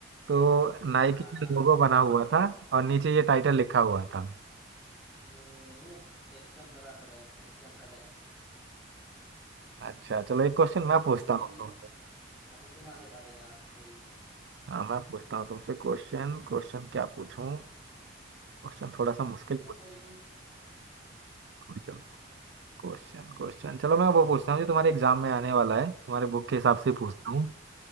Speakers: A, on the right; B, in the centre.
A: तो नाइकी
B: हाँ
A: का लोगो बना
B: बस
A: हुआ था और नीचे ये टाइटल लिखा हुआ था
B: हम्म एकदम बराबर है एकदम करेक्ट
A: अच्छा चलो एक क्वेश्चन मैं पूछता
B: अभी
A: हूँ तुमसे।
B: अभी तुम्हारे बारे यार वही
A: हाँ मैं पूछता हूँ तुमसे क्वेश्चन क्वेश्चन क्या पूछूं क्वेश्चन थोड़ा सा मुश्किल
B: पूछो कोई भी
A: क्वेश्चन क्वेश्चन क्वेश्चन चलो मैं वो पूछता हूँ जो तुम्हारे एग्जाम में आने वाला है तुम्हारे बुक के हिसाब से पूछता
B: ओ-
A: हूँ